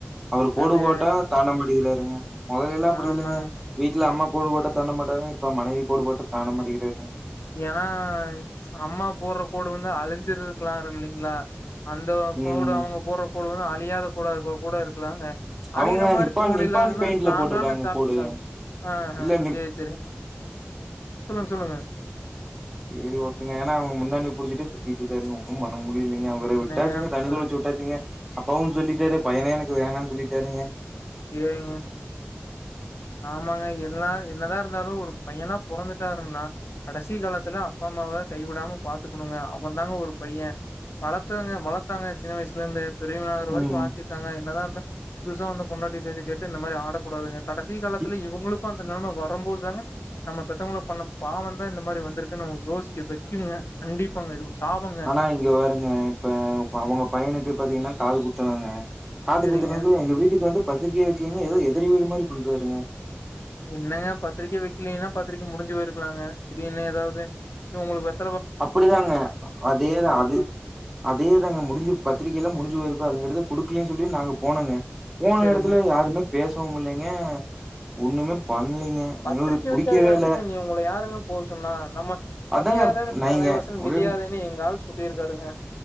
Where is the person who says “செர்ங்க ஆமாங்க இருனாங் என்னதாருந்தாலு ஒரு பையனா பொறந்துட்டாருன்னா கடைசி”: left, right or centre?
Left